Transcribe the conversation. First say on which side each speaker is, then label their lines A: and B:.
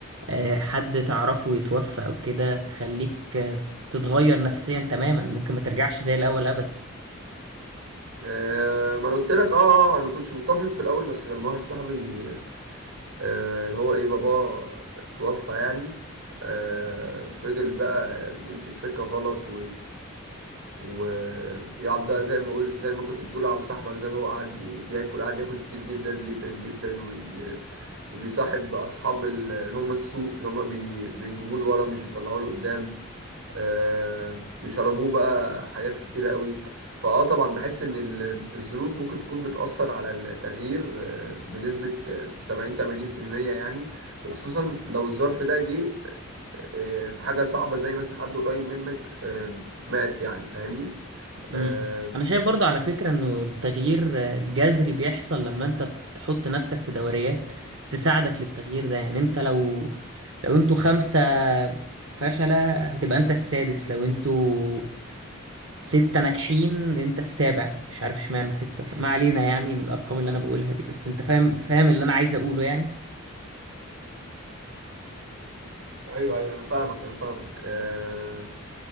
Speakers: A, on the right; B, on the right.
A: آه، حد تعرفه يتوفى او كده تخليك آه، تتغير نفسيا تماما ممكن ما ترجعش زي الاول ابدا
B: أه ما انا قلت لك اه آه، آه، انا ما كنتش متفق في الاول بس لما واحد صاحبي أه اللي هو ايه باباه توفى يعني أه فضل بقى يمشي في سكه غلط ويقعد بقى زي ما قلت زي ما كنت بتقول على صاحبك ده اللي هو قاعد ي- ياكل قاعد ياكل كتير جدا جدا جدا وي... وبيصاحب اصحاب ال- اللي هم السوق اللي هم بي... بيجيبوه لورا مش بيطلعوه لقدام آه... بيشربوه بقى حاجات كتيرة قوي فاه طبعا بحس ان ال- الظروف ممكن تكون بتأثر على التغيير آه، بنسبة آه، 70 80% يعني وخصوصا لو الظرف ده جه آه، في حاجة صعبة زي مثلا حد قريب منك آه، مات يعني فاهمني آه،
A: امم انا شايف برضو على فكرة انه التغيير آه، جذري بيحصل لما انت تحط نفسك في دوريات تساعدك للتغيير ده يعني انت لو لو انتوا خمسة فشلة هتبقى انت السادس لو انتوا ستة ناجحين انت السابع مش عارف اشمعنى ستة ما علينا يعني من الارقام اللي انا بقولها دي بس انت فاهم فاهم اللي انا عايز اقوله يعني
B: ايوه ايوه انا فاهمك انا فاهمك آه،